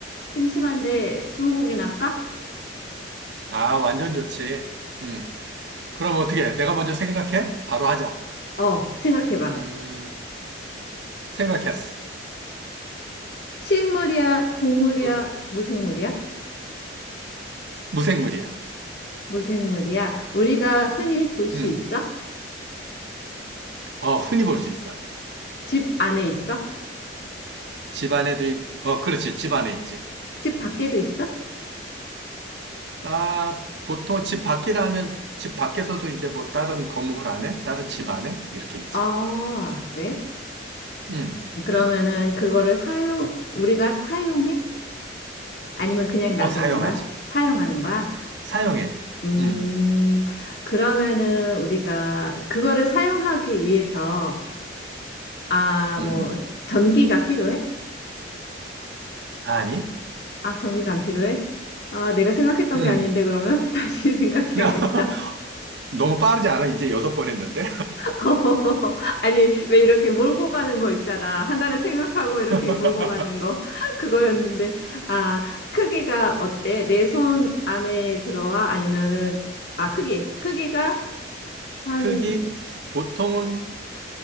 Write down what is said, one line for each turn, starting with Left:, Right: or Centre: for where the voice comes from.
Left: 심심한데 스무고개 할까?
Right: 아, 완전 좋지. 음. 그럼 어떻게? 해? 내가 먼저 생각해? 바로 하자.
Left: 어, 생각해봐.
Right: 음, 생각했어.
Left: 식물이야, 동물이야,
Right: 물,
Left: 무생물이야?
Right: 무생물이야.
Left: 무생물이야. 우리가 흔히 볼 수
Right: 음.
Left: 있어?
Right: 어, 흔히 볼 수 있어.
Left: 집 안에 있어?
Right: 집 안에도, 있, 어, 그렇지. 집 안에 있지.
Left: 집 밖에도 있어?
Right: 아, 보통 집 밖이라 하면 집 밖에서도 이제 뭐 다른 건물 안에, 다른 집 안에 이렇게 있지.
Left: 아, 그래?
Right: 음.
Left: 그러면은 그거를 사용, 우리가 사용해? 아니면 그냥
Right: 어,
Left: 놔두는
Right: 사용하지.
Left: 거야? 사용하는 거야?
Right: 사용해.
Left: 음,
Right: 음.
Left: 그러면은 우리가 그거를 사용하기 위해서, 아,
Right: 음.
Left: 뭐, 전기가 필요해?
Right: 아니.
Left: 아, 정의가 안 필요해? 아, 내가 생각했던
Right: 음.
Left: 게 아닌데, 그러면? <laughs> 다시 생각해야겠다.
Right: <laughs> 너무 빠르지 않아? 이제 여섯 번 했는데.
Left: <laughs> 아니, 왜 이렇게 몰고 가는 거 있잖아. 하나를 생각하고 이렇게
Right: <laughs>
Left: 몰고 가는 거. <laughs> 그거였는데, 아, 크기가 어때? 내 손 안에 들어와? 아니면은, 아, 크기. 크기가 한,
Right: 크기 보통은